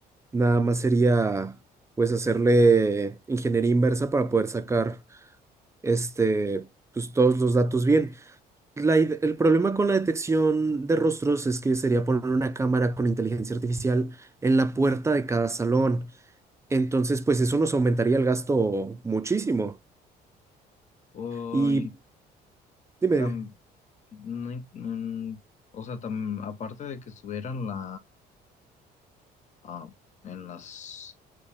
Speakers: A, on the right; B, on the left.
A: Nada más sería pues hacerle ingeniería inversa para poder sacar este pues todos los datos bien. La id- el problema con la detección de rostros es que sería poner una cámara con inteligencia artificial en la puerta de cada salón. Entonces, pues eso nos aumentaría el gasto muchísimo.
B: O,
A: Y
B: in-
A: dime,
B: tam-
A: dime.
B: no in- mm, o sea, tam- aparte de que estuviera en la, ah, en las,